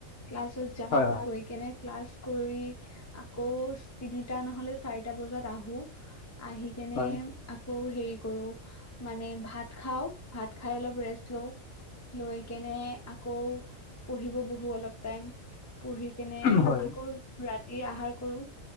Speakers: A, on the left (about 15°); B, on the left (about 70°).
A: ক্লাছত যাওঁ,
B: হয় হয়।
A: গৈ কেনে ক্লাছ কৰি আকৌ তিনিটা নহলে চাৰিটা বজাত আহো আহি কেনে
B: হয়। হয় হয়
A: আকৌ হেৰি কৰো। মানে ভাত খাওঁ ভাত খাই অলপ ৰেষ্ট লও, লৈ কেনে আকৌ পঢ়িব বহু অলপ টাইম পঢ়ি কেনে
B: হয়
A: আকৌ ৰা তিৰ আহাৰ কৰো।